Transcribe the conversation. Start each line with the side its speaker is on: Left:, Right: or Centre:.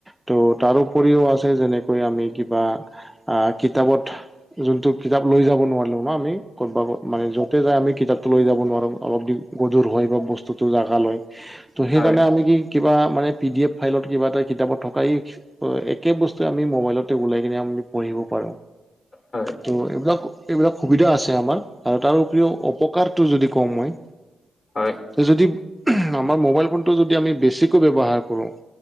Centre: ত' তাৰো উপৰিও আছে যেনেকৈ আমি কিবা, কিতাপত যোনটো কিতাপ লৈ যাব নোৱাৰিলো বা আমি মানে য'তে যাই আমি কিতাপটো লৈ যাব নোৱাৰো, অলপ <unintelligible> হয় বা বস্তু টো জাগালৈ। ত'
Left: হয়, হয়, হয়, হয়, হয়, হয়,
Centre: সেই
Left: হয়, হয়, হয়, হয়,
Centre: কাৰণে আমি কি কিবা মানে পি ডি এফ ফাইলত কিবা এটা কিতাপত থকা এই একেই বস্তু আমি মোবাইলতে ওলাই কিনে আমি পঢ়িব পাৰো।
Left: হয়।
Centre: ত' এইবিলাক এইবিলাক সুবিধা আছে আমাৰ আৰু তাৰ উপৰিও অপকাৰটো যদি কওঁ মই
Left: হয়,
Centre: যদি আমাৰ মোবাইল ফোনটো যদি আমি বেছিকৈ ব্যৱহাৰ কৰো